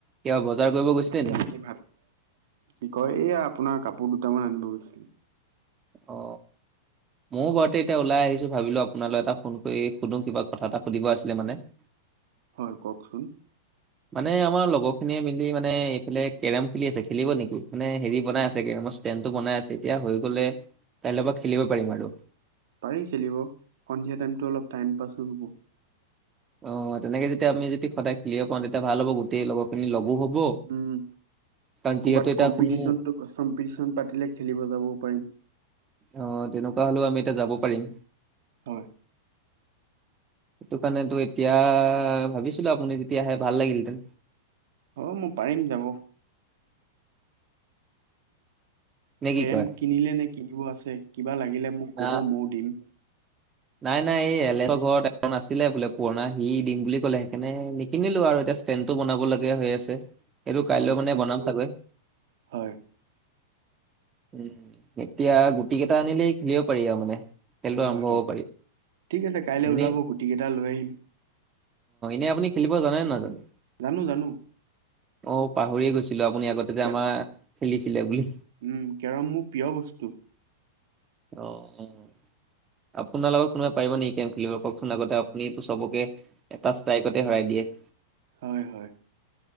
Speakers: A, on the right (about 25°); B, on the right (about 65°).
A: কিবা বজাৰ কৰিব গৈছিলে
B: এই
A: নেকি?
B: আমি ভাত কি কয় এইয়া আপোনাৰ কাপোৰ দুটামান আনিব গৈছিলোঁ।
A: অ'। ময়ো বৰতে এতিয়া ওলাই আহিছোঁ, ভাবিলো আপোনালৈ এটা ফোন কৰি সুধো কিবা কথা এটা সুধিব আছিলে মানে। <unintelligible>
B: হয়, কওকচোন।
A: মানে আমাৰ লগৰ খিনিয়ে মিলি মানে এইফালে কেৰম খুলি আছে, খেলিব নেকি? মানে হেৰি বনাই আছে কেৰমৰ ষ্টেন্ড। টো বনাই আছে এতিয়া হৈ গলে কাইলৈ পৰা খেলিব পাৰিম আৰু।
B: পাৰি খেলিব। সন্ধিয়া টাইমতো অলপ টাইম পাছো হ'ব।
A: অ', তেনেকে যেতিয়া আমি যদি সদায় খেলিব পাওঁ তেতিয়া ভাল হ'ব গোটেই লগৰখিনি লগো হব।
B: উম
A: কাৰণ যিহেতু
B: ক'ৰবাত
A: এতিয়া
B: কম্পিটিশন
A: কোনো
B: চম্পিটিচন পাতিলে খেলিব যাবও পাৰিম
A: অ তেনেকুৱা হ'লেও আমি এতিয়া যাব পাৰিম
B: হয়
A: সেইটো কাৰণেটো এই এতিয়া ভাবিছিলো আপুনি যেতিয়া আহে ভাল লাগিলহেঁতেন
B: অ মই পাৰিম যাব
A: নে কি
B: কেৰেম
A: কয়
B: কিনিলে নে কিনিব আছে কিবা লাগিলে মোক
A: না
B: ক'ব ময়ো দিম
A: নাই নাই এই এলেহৰ ঘৰত এখন আছিলে বোলে পুৰণা সি দিম বুলি ক'লে সেইকাৰণে নিকিনিলো আৰু এতিয়া ষ্টেণ্টো বনাব লগীয়া হৈ আছে সেইটো কাইলৈ
B: হয়
A: মানে
B: ষ্টেণ্ডটো
A: বনাম চাগৈ
B: হয়
A: উম এতিয়া গুটি কেইটা আনিলেই খেলিব পাৰি আৰু মানে খেলতো
B: হয়
A: আৰম্ভ
B: হয়
A: হব পাৰি
B: ঠিক আছে কাইলে
A: আপুনি
B: ওলাব গুটি কেইটা লৈ আহিম
A: এ আপুনি খেলিব জানে নে নাজানে
B: জানো জানো
A: অ পাহৰিয়ে গৈছিলো আপুনি আগতে যে
B: কে
A: আমাৰ খেলিছিলে বুলি
B: উম কেৰম মোৰ প্ৰিয় বস্তু
A: অ আপ আপোনাৰ লগত কোনোবাই পাৰিব নেকি কেৰেম খেলিব কওকচোন আগতে আপুনিত চবকে এটা ষ্ট্ৰাইকতে হেৰাই দিয়ে
B: হয় হয়